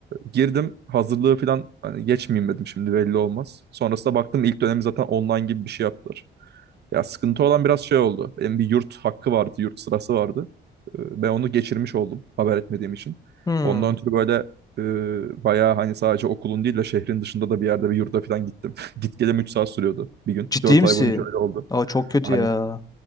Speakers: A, on the right; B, on the left.
A: girdim hazırlığı falan hani geçmeyeyim dedim şimdi belli olmaz. Sonrasında baktım ilk dönemi zaten online gibi bir şey yaptılar. Ya sıkıntı olan biraz şey oldu. Benim bir yurt hakkı vardı, yurt sırası vardı. Ee, Ben onu geçirmiş oldum haber etmediğim için.
B: Hmm.
A: Ondan ötürü böyle e, bayağı hani sadece okulun değil de şehrin dışında da bir yerde bir yurda falan gittim. <laughs> Git gelem 3 saat sürüyordu bir gün.
B: Ciddi
A: dört
B: misin?
A: ay boyunca öyle oldu.
B: Aa, çok kötü
A: Aynen.
B: ya.